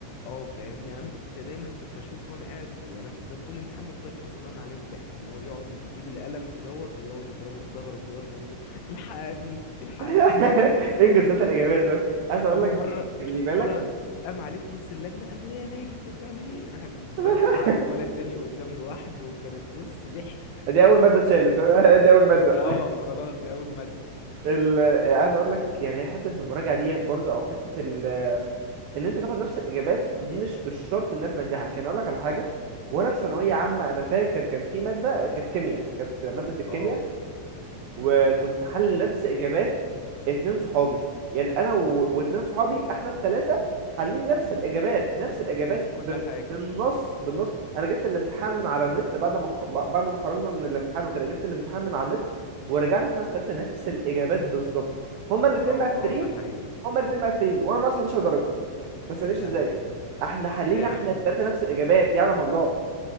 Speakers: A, on the left (about 80°); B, on the right (about 75°).
A: اه فاهمني يعني انا كنت شا- دايما كنت اشوف وانا قاعد يعني انا كنت طول الامتحان بفضل فصلان عليهم ضحك ان هو بيقعد يجيب القلم كدهوت ويقعد يضربه في ظهره كدهوت يقول له الحقني الحقني
B: <laughs> انجز هات الاجابات فاهم عايز اقول
A: هو
B: لك
A: مرة
B: خلي بالك
A: مرة قام عليه في نص اللجنة قال له يا ناجي انت بتعمل ايه راح المراقب
B: <laughs>
A: قعد الولد تاني قدام لوحده وكانت بص ضحك
B: دي اول ماده اتشالت فاهم <laughs> دي اول ماده
A: اه خلاص دي اول مادة
B: ال... عايز اقول لك يعني حته المراجعه ديت برضه او حته ال... ان انت تاخد نفس الاجابات دي مش بالشرط انها تنجحك يعني اقول لك على حاجه وانا في ثانويه عامه انا فاكر كان في ماده كانت كيمياء كانت ماده الكيمياء
A: اه
B: وكنت حلل نفس اجابات اتنين صحابي يعني انا
A: بالظبط
B: و... واتنين صحابي احنا التلاتة حالين نفس الاجابات نفس الاجابات
A: نفس كل
B: بال...
A: حاجة
B: بالنص بالنص انا جبت الامتحان من على النت بعد ما خ... بعد ما خرجنا من الامتحان وكده جبت الامتحان من على النت ورجعنا احنا التلاتة نفس الاجابات بالظبط هما الاتنين
A: اه
B: مقفلين
A: اه ده حقيقي
B: هما الاتنين مقفلين وانا ناقص 11 درجة ما تسألنيش
A: يا لهوي
B: ازاي احنا حلينا
A: لا يا
B: احنا
A: عم
B: التلاتة نفس الاجابات يعلم الله